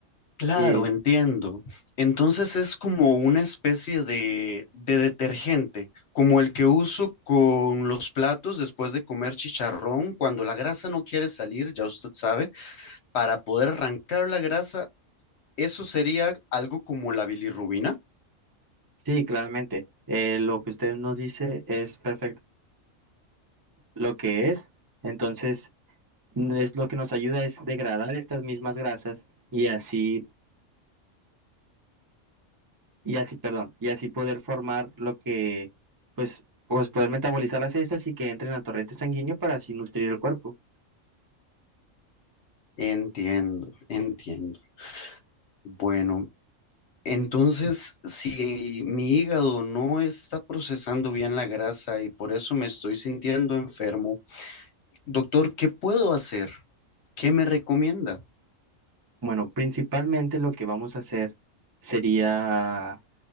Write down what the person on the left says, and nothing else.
Claro,
entiendo. Entonces es como una especie de, de detergente, como el que uso con los platos después de comer chicharrón, cuando la grasa no quiere salir, ya usted sabe, para poder arrancar la grasa, eso sería algo como la bilirrubina.
Entiendo, entiendo. Bueno, entonces si mi hígado no está procesando bien la grasa y por eso me estoy sintiendo enfermo, Doctor, ¿qué puedo hacer? ¿Qué me recomienda?